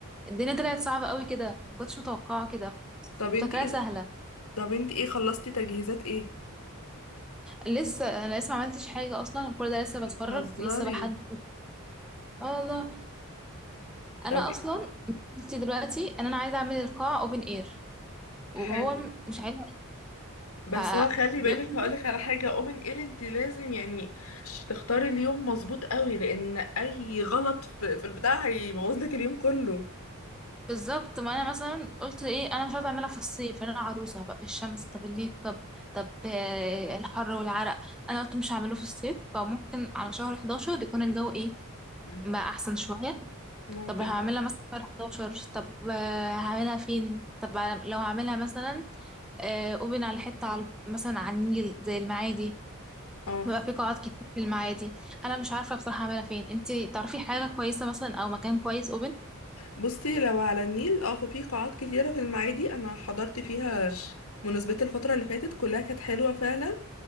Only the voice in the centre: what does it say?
الدنيا طلعت صعبه قوي كده ما كنتش متوقعه كده
كنت
فاكراها
سهله
لسه انا لسه ما عملتش حاجه اصلا كل ده لسه بتفرج
لسه بحدد اه والله انا
اصلا مشكلتي دلوقتي ان انا عايزه اعمل القاعه اوبن اير
وهو م- مش عايز
ف
بيقول-
بالظبط ما انا مثلا قلت ايه انا مش عايزه اعملها في الصيف لأن انا عروسه هبقى في الشمس طب الميك اب طب آه، الحر والعرق انا قلت مش هعمله في الصيف فممكن على شهر 11 يكون الجو ايه
بقى احسن شويه
طب هعملها
مثلا في شهر 11 طب آه، هعملها فين طب لو هعملها مثلا آه، اوبن على حته على مثلا على النيل زي المعادي
بيبقى في قاعات كتير في المعادي انا مش عارفه بصراحه اعملها فين انتي تعرفي حاجه كويسه مثلا او مكان كويس